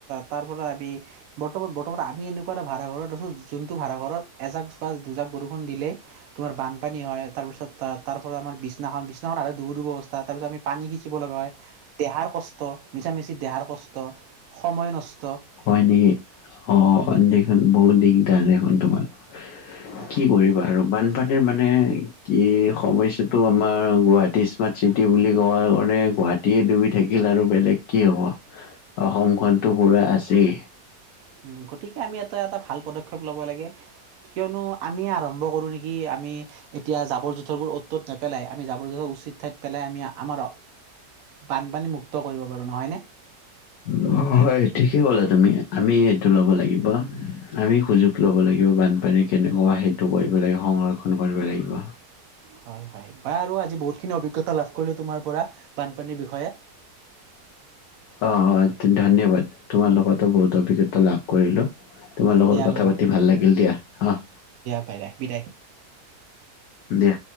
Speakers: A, on the right; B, on the left.
A: তাৰ পৰা আমি বৰ্ত বৰ্তমান আমি এনেকুৱা এটা ভাড়া ঘৰত আছো যোনটো ভাড়া ঘৰত এ াক বা দুজাক বৰষুণ দিলে তোমাৰ বানপানী হয় তাৰপিছত ত তাৰ পৰাত আমাৰ বিনাখন বিনাখন আ দু দৰ অৱস্থা তাৰ পিছ আমি পানী সিচিব লগা হয় দেহাৰ কষ্ট মিছা মিছি দেহাৰ কষ্ট সময় নষ্ট
B: হয় নেকি অ
A: উম
B: দেখোন বহুত দিগদাৰ দেখোন তোমালোকৰ
A: হয়
B: কি কৰিবা আৰু মান মানে মানে কি সমস্যাটো আমাৰ গুৱাহাটী স্মাৰ্ট চিটি বুলি কোৱাৰ কাৰণে গুৱাহাটীয়ে ডুবি থাকিল আৰু বেলেগ কি হ'ব অসমখনতো পুৰা আছেই
A: উ গতিকে আমি এটা এটা ভাল পদক্ষেপ লব লাগে কিয়নো আমি আৰম্ভ কৰো নেকি কি আমি এতিয়া জাবৰ জোঁথৰোৰ অত'ত নেপেলাই আমি জাবৰ জোঁথৰ উচিত ঠাইত পেলাই আমি আমাৰ বানপানী মুক্ত কৰিব পাৰো নহয় ন
B: উ হয় হয় ঠিকে ক'লা তুমি আমি এইটো ল'ব লাগিব আমি সুযোগ লব লাগিব বানপানী কেনেকুৱা সেইটো কৰিব লাগিব সংৰক্ষণ কৰিব লাগিব
A: হয় হয় বা আৰু আজি বহুতখিনি অভিজ্ঞতা লাভ কৰিলো তোমাৰ পৰা বানপানীৰ বিষয়ে
B: অ অ ধন্যবাদ
A: উম,
B: তোমাৰ লগতো বহুত
A: উম,
B: অভিজ্ঞতা লাভ কৰিলো তোমাৰ লগত
A: দিয়া
B: কথা
A: বাৰু
B: পাতি ভাল লাগিল দিয়া অ
A: পাই দে বিদায়
B: দিয়া